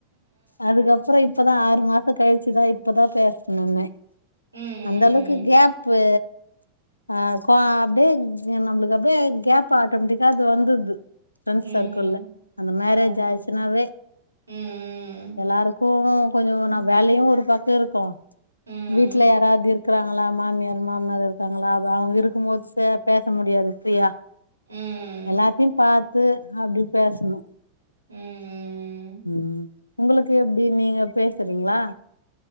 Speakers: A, on the left (about 80°); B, on the right (about 80°).
A: அதுக்கப்பற இப்பதா ஆறு மாச கழிச்சுதா இப்பதா பேசுனனே
B: ம் ம்
A: அந்தளவுக்கு
B: ம்
A: கேப்பு அ கோ அப்டியே நம்மளுக்கு அப்டியே கேப் ஆட்டோமேட்டிக்கா அது வந்துடுது ஃப்ரெண்ட்ஸ்
B: ம்
A: சர்க்கிள்ல அந்த மேரேஜ்
B: ஆமா
A: ஆயிருச்சுன்னாவே
B: ம்
A: எல்லாருக்கு கொஞ்சோ
B: ம்
A: நா வேலையு ஒரு பக்க இருக்கு
B: ம்
A: வீ ல யாராவது இருக்கறாங்களா மாமியார் மாமனார் இருக்காங்களா அ அவங்க இருக்கும் போது சே பேச முடியாது ஃப்ரீயா
B: ம்
A: எல்லாத்தையு பாத்து அப்டி பேசணு
B: ம் ம் ம்
A: ம் உங்களுக்கு எப்டி நீங்க பேசுறீங்களா